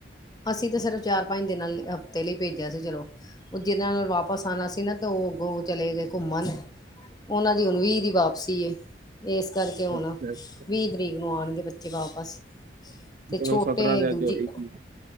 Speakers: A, on the left; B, on the right.
A: ਅਸੀਂ ਤਾਂ ਸਿਰਫ ਚਾਰ, ਪੰਜ ਦਿਨਾਂ ਹਫ਼ਤੇ ਲਈ ਭੇਜਿਆ ਸੀ, ਚਲੋ ਉਹ ਜਿਹਦੇ ਨਾਲ ਵਾਪਿਸ ਆਨਾ ਸੀ ਨਾ, ਤੇ ਔਹ ਅੱਗੋਂ ਚਲੇ ਗਏ ਘੁੰਮਣ। ਉਹਨਾਂ ਦੀ ਹੁਣ ਵੀਹ ਦੀ ਵਾਪਸੀ ਏ। ਇਸ ਕਰਕੇ ਹੁਣ
B: ਅੱਛਾ ਅੱਛਾ
A: ਵੀਹ ਤਰੀਕ ਨੂੰ ਆਉਣਗੇ ਬੱਚੇ ਵਾਪਸ। ਤੇ
B: ਚਲੋ
A: ਛੋਟੇ
B: ਸਤਰਾਂ ਤੇ
A: ਦੂਜੀ
B: ਅੱਜ ਹੋਏਗੀ